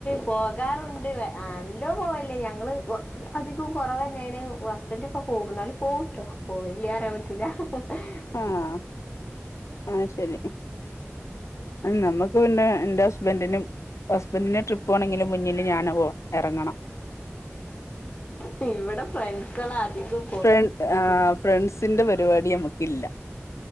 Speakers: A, on the left; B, on the left.
A: പോകാറുണ്ട് വ അല്ലോ പോവല്ല്യ ഞങ്ങള് ഒ അധികം കൊറവന്നാണ് ഹസ്ബൻ് ഒക്കെ പോകും ന്നാലും പോവുംട്ടോ പോവല്യ അറിയാപറ്റൂല ഹഹ
B: ആഹ് ആ ശെരി. നമ്മുക്ക് പിന്നെ എന്റെസ്ബന്റിനും ഹസ്ബന്റിന് ട്രിപ്പോണെങ്കില് മുന്നില് ഞാന് പോ എറങ്ങണം.
A: ഹെ ഇവിടെ ഫ്രണ്ട്സെളാ അധികും.
B: ഫ്രണ്ട് ആ ഫ്രണ്ട്സിന്റെ പരിവാടി അമ്മക്കില്ല.